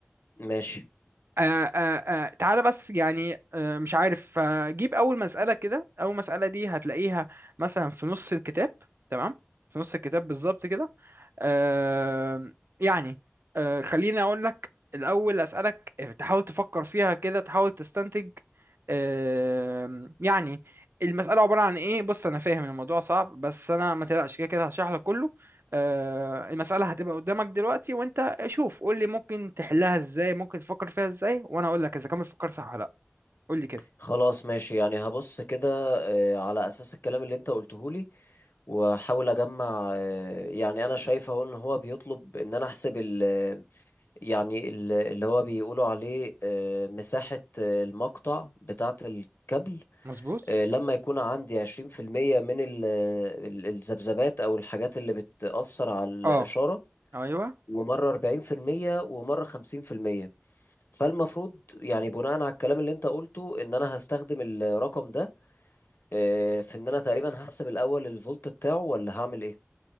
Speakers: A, on the left (about 55°); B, on the right (about 55°).
A: ماشي
B: آه آه آه تعالى بس يعني آه مش عارف آه جيب أول مسألة كده أول مسألة دي هتلاقيها مثلا في نص الكتاب تمام في نص الكتاب بالظبط كده آه يعني آه خليني أقول لك الأول أسألك آه، تحاول تفكر فيها كده تحاول تستنتج آه يعني المسألة عبارة عن إيه بص أنا فاهم الموضوع صعب بس أنا ما تقلقش كده كده هشرح لك كله آه، المسألة هتبقى قدامك دلوقتي وانت شوف قول لي ممكن تحلها ازاي ممكن تفكر فيها ازاي وانا اقول لك اذا كان بتفكر صح ولا لا قول لي كده
A: خلاص ماشي يعني هبص كده آه، على أساس الكلام اللي أنت قلته لي واحاول اجمع آه، يعني انا شايف اهو ان هو بيطلب ان انا احسب ال يعني ال- اللي هو بيقولوا عليه آه، مساحة آه، المقطع بتاعة الكابل
B: مظبوط
A: آه، لما يكون عندي 20% من ال- ال- الذبذبات او الحاجات اللي بتأثر على الإشارة
B: اه ايوه
A: ومرة 40% ومرة 50% فالمفروض يعني بناء على الكلام اللي انت قلته ان انا هستخدم الرقم ده آه، في ان انا تقريبا هحسب الاول الفولت بتاعه ولا هعمل ايه